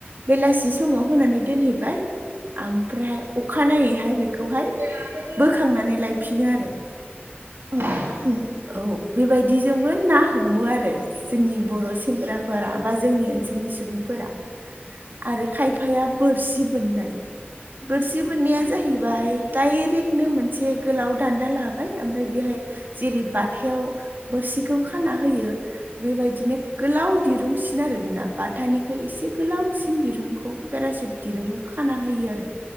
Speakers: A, on the right; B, on the right.
A: बेलासि समाव होनानै दोनहैबाय ओमफ्रायहाय अखानायै हाय बेखौहाय
B: औ नंगौ औ
A: बोखांनानै लायफिनो आरो।
B: <inaudible> उम।
A: औ बेबायदिजोंबो ना हमो आरो जोंनि बर' सेंग्राफोरा बा जोंनि ओनसोलनि सुबुं फोरा आरो खायफाया बोरसि बोननाय बोरसि बोरनाया जाहैबाय डाइरेक्टनो मोनसे गोलाव दान्दा लाबाय ओमफ्राय बेहाय जेरै बाथायाव बोरसिखौ खाना होयो बेबायदिनो गोलाव दिरुंसिन आरो बेना बाथानिख्रोय एसे गोलावसिन दिरुंखौ पेरासुट दिरुंखौ खाना होयो आरो।